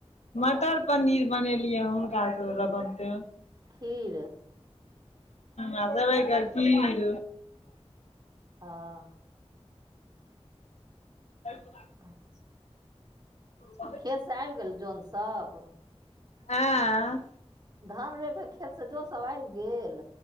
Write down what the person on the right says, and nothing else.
खीर
हँ
<unintelligible>
खेत से आबि गेल जौन सब
धान रोइप क खेत से जौन सब आबि गेल